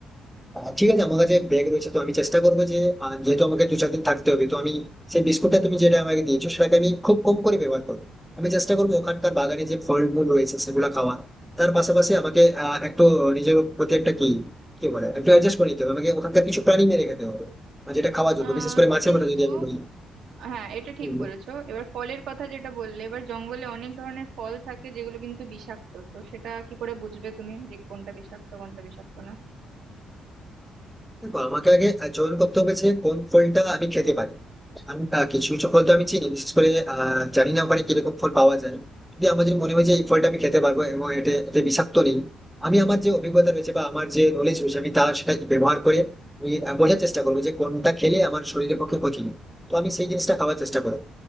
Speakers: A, in the centre; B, on the right.
A: আহ, ঠিক আছে আমার কাছে ব্যাগ রয়েছে তো আমি চেষ্টা করবো যে আহ, যেহেতু আমাকে দু চার দিন থাকতে হবে তো আমি সেই বিস্কুটটা তুমি যেটা আমাকে দিয়েছো সেটাকে আমি খুব কম করে ব্যবহার করবো আমি চেষ্টা করবো ওখানকার বাগানে যে ফল মূল রয়েছে সেগুলো খাওয়ার তার পাশাপাশি আমাকে আহ, একটু নিজের প্রতি একটা কি কি বলে একটু অ্যাডজাস্ট করে নিতে হবে আমাকে ওখানকার কিছু প্রাণী মেরে খেতে হবে আর যেটা খাওয়া যোগ্য
B: আহ
A: বিশেষ করে মাছের
B: কিন্তু
A: মতো যদি আমি বলি
B: হ্যাঁ এটা
A: হুম,
B: ঠিক বলেছো এবার ফলের কথা যেটা বললে এবার জঙ্গলে অনেক ধরনের ফল থাকে যেগুলো কিন্তু বিষাক্ত তো সেটা কি করে বুঝবে তুমি যে কোনটা বিষাক্ত কোনটা বিষাক্ত না
A: দেখো আমাকে আগে চয়ন করতে হবে যে কোন ফলটা আমি খেতে পারি আমি আহ, কিছু কিছু ফল তো আমি চিনি বিশেষ করে আহ, জানি না ওখানে কিরকম ফল পাওয়া যায় যদি আমার যদি মনে হয় যে এই ফলটা আমি খেতে পারবো এবং এটা এটা বিষাক্ত নেই আমি আমার যে অভিজ্ঞতা রয়েছে বা আমার যে নলেজ রয়েছে আমি তার সেটা ব্যবহার করে আমি আহ, বোঝার চেষ্টা করবো যে কোনটা খেলে আমার শরীরের পক্ষে ক্ষতি নেই তো আমি সেই জিনিসটা খাওয়ার চেষ্টা করবো